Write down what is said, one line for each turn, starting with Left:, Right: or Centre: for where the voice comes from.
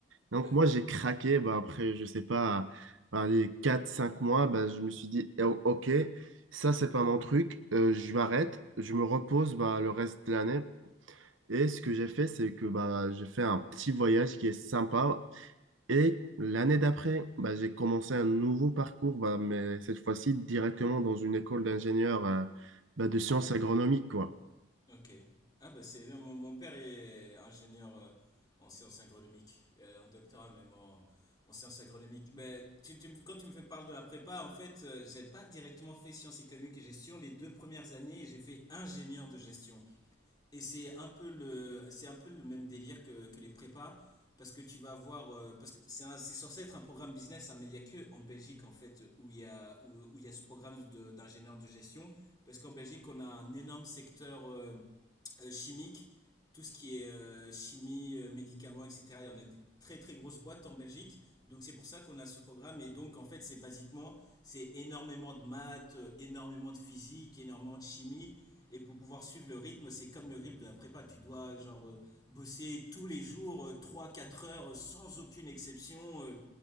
Right: Donc,
Left: Ouais,
Right: moi, j'ai craqué. Bah, après, je sais pas, bah, les quatre cinq mois, bah, je me suis dit, Eh, OK, ça, c'est pas mon truc. Euh, je m'arrête. Je me repose bah, le reste de l'année. Et ce que j'ai fait, c'est que bah, j'ai fait un petit voyage qui est sympa et l'année d'après, bah, j'ai commencé un nouveau parcours, bah, mais cette fois-ci directement dans une école d'ingénieurs euh, bah, de sciences
Left: d'accord.
Right: agronomiques, quoi.
Left: Ok. Ah bah c'est bien, mon, mon père est ingénieur euh, en sciences agronomiques, euh, en doctorat même en, en sciences agronomiques. Mais tu, tu me- quand tu me fais parler de la prépa, en fait, euh, j'ai pas directement fait sciences économiques et gestion les deux premières années, et j'ai fait ingénieur de gestion. Et c'est un peu le, c'est un peu le même délire que, que les prépas, parce que tu vas avoir, euh, parce que c'est un- c'est censé être un programme business, hein, mais il n'y a que en Belgique en fait où il y a, où, où il y a ce programme de- d'ingénieur de gestion, parce qu'en Belgique on a un énorme secteur euh, euh, chimique, tout ce qui est euh, chimie, euh, médicaments, etc. Il y en a des très très grosses boîtes en Belgique. Donc c'est pour ça qu'on a ce programme. Et donc en fait c'est basiquement, c'est énormément de maths, euh, énormément de physique, énormément de chimie. Et pour pouvoir suivre le rythme, c'est comme le rythme de la prépa. Tu dois genre euh, bosser tous les jours euh, trois quatre heures euh, sans aucune exception. euh,